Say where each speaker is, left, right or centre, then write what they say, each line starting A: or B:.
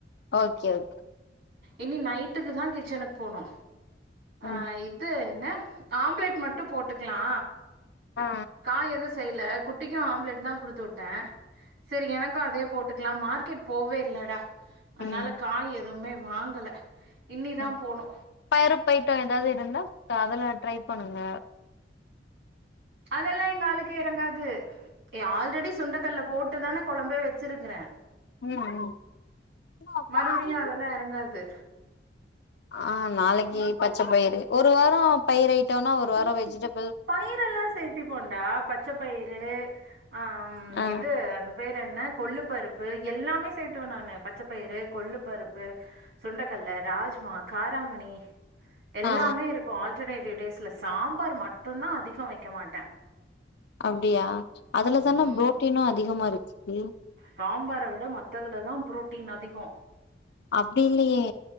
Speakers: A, on the left (about 65°); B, on the right (about 70°).
A: ஓகே ஓகே
B: இனி நைட்டுக்கு தா கிச்சனுக்கு போனு
A: ம்
B: ஆஹ் இப் என்ன ஆம்ப்லேட் மட்டு போட்டுக்லா
A: ஆ
B: காய் எது ச் செய்ல குட்டிக்கு ஆம்லெட் தா குடுத்து விட்டே சேரி எனக்கு அதே போட்டு குலா மார்க்கெட் போவே இல்லடா அதனால
A: ம்
B: காய் எ துவுமே வாங்கல இன்னிதா
A: ம்
B: போனு
A: பயறு போயிட்டொ எதாவது இருந்தா அதெல்லா ட்ரை பண்ணுங்க
B: அதெல்லா எங்க ஆளுக்கு எறங்காது ஏ ஆல்ரெடி சுண்டக்கட்ல போட்டு தான கொளம்பே வச் சிருக்குற
A: ம் ம்
B: மறுபடியு அதெல்லா எறங்காது
A: ஆஹ் நாளைக்கு பச்ச பயிறு ஒரு வாரொ பயிர ஐயிட்டோனா ஒரு வாரொ வெசஜிடே
B: பயிரெல்லா சேத்திப்போன்டா பச்ச பயிறு ஆஹம்
A: ஆ
B: இது அது பேறு என்ன கொள்ளு பருப்பு எல்லாமே சேத்துவெ நானு பச் சபயிறு கொல்லு பருப்பு சுண்டகல்ல ராஜ்மா காராமணி எல்லாமே
A: ஆ
B: இருக்கு ஆல்டர்னேட்டிவ் டேஸ்ல சாம்பார் மட் டுதா அதிக வைக்க மாட்டே
A: அப்டியா அதுல தானே
B: ம்
A: ப்ரோட்டீனு அதிகமா இரு ம்
B: சாம்பார விட மத்ததுல தா ப்ரோட்டீன் அதிகொ
A: அப்டி இல்லையே